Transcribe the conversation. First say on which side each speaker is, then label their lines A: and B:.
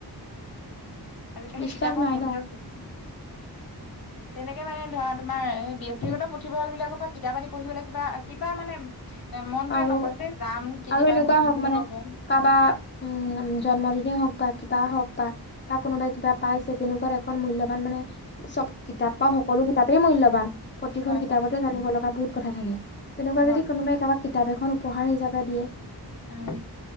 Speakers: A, on the left; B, on the left.
A: আজিকালি
B: বিশ্বাস
A: কিতাপৰ
B: নাই
A: মূল্য
B: ন
A: তেনেকে মানে ধৰা তোমাৰ ব্যক্তিগত পুথিভঁৰাল বিলাকৰ পৰা কিতাপ আনি পঢ়িবলৈ কিবা কিবা মানে এ মনটোয়ে
B: আৰু
A: নকৈ যে যাম কেতিয়াবা
B: আৰু এনেকুৱা
A: নিদিম
B: হওক
A: বুলি
B: মানে
A: কব।
B: কাৰোবাৰ উম জন্মদিনেই হওক বা কিবা হওক বা কোনোবাই কিবা পাইছে। তেনেকুৱা এখন মূল্যবান মানে চব কিতাপ বা সকলো কিতাপেই মূল্যবান। প্ৰতিখন
A: হয়
B: কিতাপতে জানিব লগা বহুত কথা থাকে। তেনেকুৱা
A: হয় হয়
B: যদি কোনোবাই কাৰোবাক কিতাপ এখন উপহাৰ হিচাপে দিয়ে।
A: উম